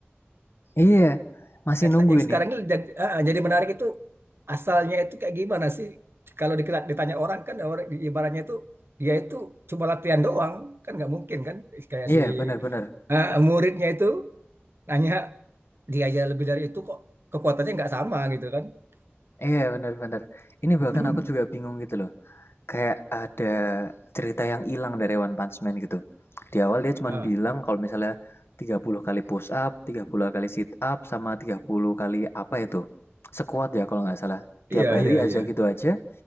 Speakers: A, on the left; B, on the right.
A: Iya, masih
B: Atlet-
A: nunggu
B: Yang
A: ini.
B: sekarang ini jadi, ah, jadi menarik itu asalnya itu kayak gimana sih? Kalau dikira- ditanya orang kan, orang, ibaratnya itu dia itu cuma latihan doang kan nggak mungkin kan kayak
A: Iya,
B: si
A: bener-bener.
B: ah, muridnya itu tanya. dia aja lebih dari itu kok kekuatannya nggak sama gitu kan. <clears throat>
A: Iya, bener-bener. Ini bahkan
B: <laughs>
A: aku juga bingung gitu loh. Kayak ada cerita yang hilang dari One Punch Man gitu. Di awal dia cuman
B: Ah,
A: bilang kalau misalnya 30 kali push up, 30 kali sit up, sama 30 kali apa itu. Sekuat ya kalau nggak salah. Tiap
B: iya
A: hari
B: iya
A: aja
B: iya.
A: gitu aja,